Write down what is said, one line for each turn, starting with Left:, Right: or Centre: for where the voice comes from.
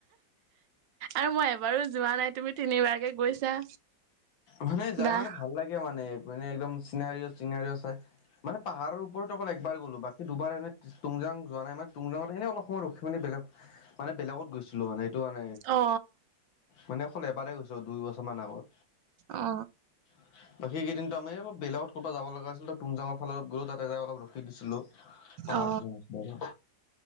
Right: আৰু মই এবাৰো যোৱা নাই তুমি তিনিবাৰকে গৈছা।
Left: মানে যাই
Right: বাহ
Left: মানে ভাল লাগে মানে মানে একদম চিনাৰি চিনাৰিও চাই। মানে পাহাৰৰ ওপৰত অকল একবাৰ গলো বাকী দুবাৰ এনে তুংজাং যোৱা নাই মে তুংজাংত এনে অলপ সময় ৰখি মেলি বেলেগ মানে বেলেগত গৈছ- ছিলো মানে এইটো আৰ,
Right: অ
Left: মানে অকল এবাৰেই গৈছো দুই বছৰমান আগত।
Right: অ।
Left: <inaudible> বাকীকেইদিনটো আমি অলপ বেলেগত ক'ৰবাত যাব লগা আছিল ত তুংজাংত ফালত গও তাতেই অলপ ৰখি দিছিলোঁ। পাহাৰত
Right: অ
Left: ড বৰ-